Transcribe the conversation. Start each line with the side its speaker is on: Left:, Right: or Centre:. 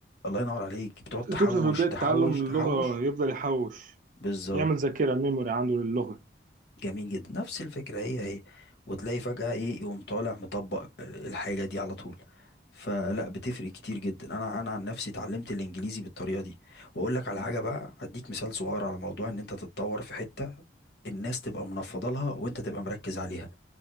Left: الله ينور عليك بتقعد تحوش
Right: الطفل في بداية
Left: تحوش
Right: تعلم اللغة
Left: تحوش
Right: يفضل يحوش
Left: بالظبط
Right: يعمل ذاكرة ميموري عنده للغة
Left: جميل جدا نفس الفكرة هي هي وتلاقي فجأة ايه يقوم طالع مطبق آه، الحاجة دي على طول فلا بتفرق كتير جدا انا انا عن نفسي اتعلمت الانجليزي بالطريقة دي واقول لك على حاجة بقى اديك مثال صغير على موضوع ان انت تتطور في حتة الناس تبقى منفضة لها وانت تبقى مركز عليها